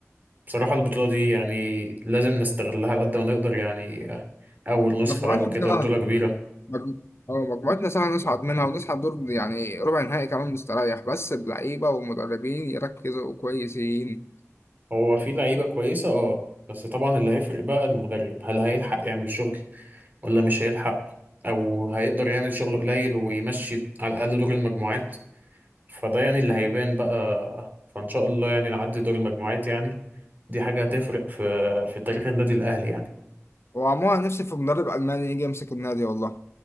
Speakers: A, on the right; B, on the left.
A: بصراحة البطولة دي يعني لازم نستغلها على قد ما نقدر يعني آه، أول نسخة
B: مجموعتنا
A: بقى وكده
B: سهله
A: وبطولة كبيرة
B: مجم- هو مجموعتنا سهله نصعد منها ونصعد دور يعني ربع نهائي كمان مستريح بس اللعيبه والمدربين يركزوا كويسين
A: هو في لعيبة كويسة اه بس طبعا اللي هيفرق بقى المدرب هل هيلحق يعمل شغل ولا مش هيلحق أو هيقدر يعمل شغل قليل ويمشي على الأقل دور المجموعات فده يعني اللي هيبان بقى فإن شاء الله يعني نعدي دور المجموعات يعني دي حاجة هتفرق في في تاريخ النادي الأهلي يعني
B: وعموما نفسي في مدرب ألماني يجي يمسك النادي والله